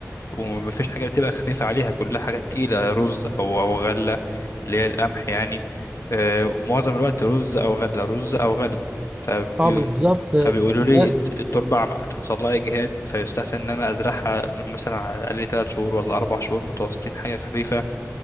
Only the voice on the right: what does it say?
اه بالظبط
ده, ده